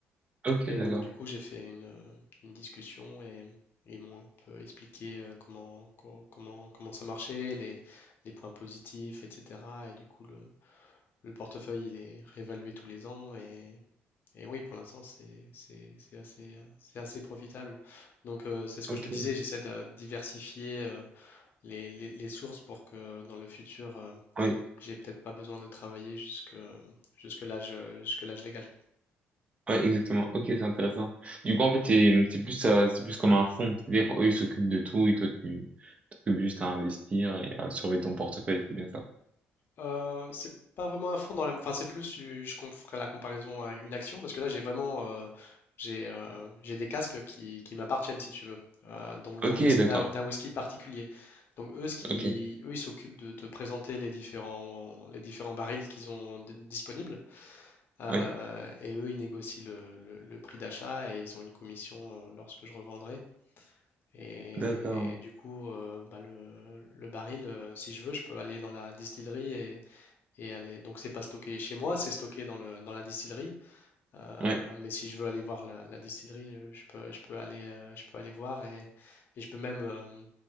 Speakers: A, on the right; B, on the left.
A: Ok,
B: Et
A: d'accord.
B: donc, du coup, j'ai fait une, euh, une discussion et ils m'ont un peu expliqué euh, comment, co- comment, comment ça marchait, les, les points positifs, etc. Et du coup, le, le portefeuille, il est réévalué tous les ans et, et oui, pour l'instant, c'est c'est- c'est assez, euh, c'est assez profitable. Donc, euh, c'est ce que
A: Ok.
B: je te disais, j'essaie de diversifier euh, les, les- les sources pour que dans le futur, euh,
A: Oui,
B: j'ai peut-être pas besoin de travailler jusque, jusque l'âge, jusque l'âge légal.
A: ouais, exactement. Ok, c'est intéressant. Du coup, en fait, c'est c'est plus euh, c'est plus comme un fonds. C'est-à-dire, eux, ils s'occupent de tout et toi, tu t'occupes juste à investir et à surveiller ton portefeuille. C'est bien ça.
B: Euh, c'est pas vraiment un fond dans la... Enfin, c'est plus, euh, je com- ferai la comparaison à une action, parce que là, j'ai vraiment... euh, j'ai euh, j'ai des casques qui, qui m'appartiennent, si tu veux, euh, donc
A: Ok,
B: d'un whis-
A: d'accord.
B: d'un- d'un whisky particulier. Donc eux, ce qui,
A: Ok.
B: eux, ils s'occupent de te présenter les différents, les différents barils qu'ils ont d- disponibles, euh,
A: Ouais,
B: et eux, ils négocient le, le- le prix d'achat et ils ont une commission euh, lorsque je revendrai. Et
A: d'accord.
B: du coup, euh, bah, le, le baril, euh, si je veux, je peux aller dans la distillerie et aller. Donc c'est pas stocké chez moi, c'est stocké dans le, dans la distillerie. Euh,
A: Ouais.
B: mais si je veux aller voir la, la distillerie, euh, je peux, je peux aller, euh, je peux aller voir et, et je peux même euh,